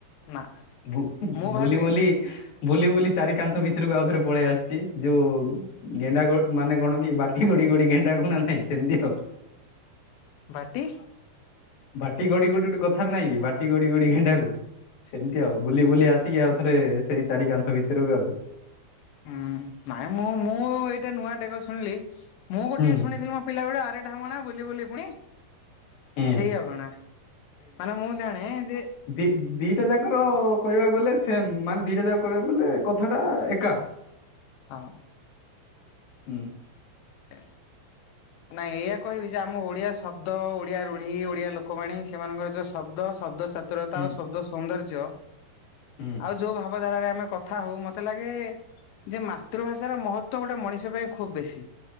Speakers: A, on the left; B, on the left.
A: ନା
B: ବୁ-ବୁଲି
A: ମୁଁ ଭାବେ
B: ବୁଲି ବୁଲି ବୁଲି ଚାରି କାନ୍ଥ ଭିତରକୁ ଆଉ ଥରେ ପଳେଇ ଆସଚି ଯୋଉ ଗେଣ୍ଡା ଗୋ ମାନେ କଣ କି ବାଟି ଗୋଡି ଗୋଡି ଗେଣ୍ଡା କୁ ନା ନାହିଁ ସେମିତି ଆଉ।
A: ବାଟି
B: ବାଟି ଗଡି ଗଡି ଗୋଟେ କଥାରେ ନାଇଁ କି ବାଟି ଗଡି ଗଡି ଗେଣ୍ଡାକୁ ସେମିତି ଆଉ ବୁଲି ବୁଲି ଆସ କି ଆଉ ଥରେ ସେଇ ଚାରି କାନ୍ଥ ଭିତରୁକୁ ଆଉ।
A: ହୁଁ ନାଇଁ ମୁଁ ମୁଁ ଏଇଟା ନୂଆ ଡେଗ ଶୁଣିଲି ମୁଁ ଗୋଟେ
B: ହୁଁ
A: ଶୁଣିଥିଲି ମୋ ପିଲା ବେଳୁ ଆରେ ଢାମଣା ବୁଲି ବୁଲି ପୁଣି
B: ହୁଁ।
A: ସେଇ ଅଗଣା। ମାନେ ମୁଁ ଜାଣେ ଯେ
B: ଦି-ଦିଟା ଯାକ ର କହିବାକୁ ଗଲେ ସେମ୍ ମାନେ ଦିଟା ଯାକ କହିବାକୁ ଗଲେ କଥାଟା ଏକା।
A: ହଁ।
B: ହୁଁ।
A: ଏ ନାଇଁ ଏଇଆ କହିବି ଯେ ଆମ ଓଡ଼ିଆ ଶ ବ୍ଦ ଓଡ଼ିଆ ରୁଢି ଓଡ଼ିଆ ଲୋକବାଣୀ ସେମାନଙ୍କର ଯୋଉ ଶବ୍ଦ ଶବ୍ଦ ଚାତୁରତା
B: ହୁଁ
A: ଆଉ ଶବ୍ଦ ସୌନ୍ଦର୍ଯ୍ୟ
B: ହୁଁ
A: ଆଉ ଯୋଉ ଭା ବ ଧାରାରେ ଆମେ କଥା ହଉ ମତେ ଲାଗେ ଯେ ମାତୃଭାଷାର ମହତ୍ଵ ଗୋଟେ ମଣିଷ ପାଇଁ ଖୁବ ବେଶୀ